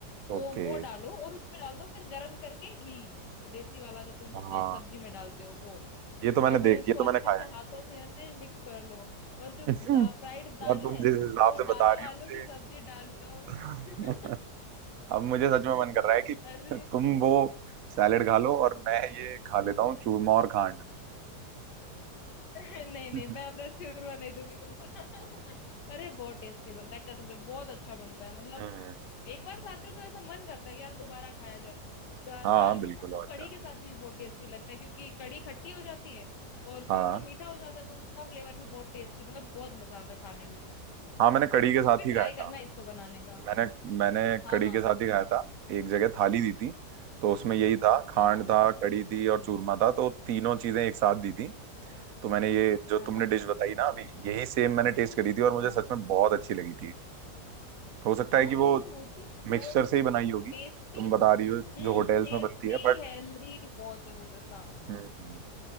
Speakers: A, on the right; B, on the left.
A: ओके
B: तो वो डालो और उसमें डाल दो फिर गर्म करके घी वो देसी वाला जो तुम
A: हाँ
B: अपने सब्जी में डालते हो वो
A: ये तो मैंने
B: और भाई
A: देख
B: उसको
A: ये तो
B: अच्छे
A: मैंने खाया
B: से
A: है।
B: हाथों से ऐसे मिक्स कर लो और जो
A: <laughs>
B: फ्राइड दाल
A: यार तुम
B: है
A: जिस हिसाब
B: वो
A: से
B: डालो
A: बता रही
B: आलू की सब्जी डालो
A: हो
B: <laughs>
A: मुझे <laughs> अब मुझे सच में मन कर रहा है कि <laughs>
B: अरे
A: तुम वो सैलेड खा लो और मैं ये खा लेता हूँ चूरमा और खांड
B: <laughs> नहीं नहीं
A: <laughs>
B: मैं अपना चूरमा नहीं दूंगी तुमको <laughs> अरे बहुत टेस्टी हम्म, बनता है कसम से बहुत अच्छा बनता है मतलब
A: हम्म,
B: एक बार खाते हैं तो ऐसा मन करता है कि यार दोबारा खाया जाए दा,
A: हाँ
B: दाल
A: बिल्कुल
B: के साथ
A: और
B: और कढ़ी
A: क्या
B: के साथ भी बहुत टेस्टी लगता है क्योंकि कढ़ी खट्टी हो जाती है और
A: हाँ
B: चूरमा मीठा हो जाता है तो उसका फ्लेवर भी बहुत टेस्टी मतलब बहुत मजा आता है खाने में
A: हाँ मैंने कढ़ी के
B: तुम
A: साथ
B: भी
A: ही खाया
B: ट्राई
A: था
B: करना इसको बनाने का
A: मैंने मैंने
B: हाँ
A: कढ़ी
B: हाँ
A: के साथ ही खाया था एक जगह थाली दी थी तो उसमें यही था खांड
B: हाँ हाँ हाँ
A: था कढ़ी थी और चूरमा था तो तीनों चीजें एक साथ दी थी तो मैंने ये जो
B: हाँ
A: तुमने डिश बताई ना अभी यही सेम मैंने टेस्ट करी थी और मुझे
B: हाँ
A: सच में बहुत अच्छी लगी थी हो सकता है
B: हाँ
A: कि वो
B: ये होती है बहुत
A: मिक्सचर से ही बनाई होगी
B: टेस्टी
A: तुम बता रही हो
B: हम्म
A: जो होटल्स
B: टेस्टी
A: में बनती है बट
B: हेल्दी बहुत जबरदस्त हाँ
A: हम्म